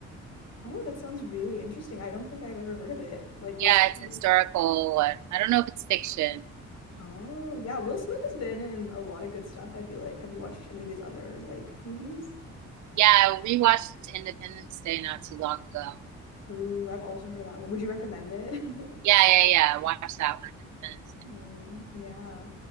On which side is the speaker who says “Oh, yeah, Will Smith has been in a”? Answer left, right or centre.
Left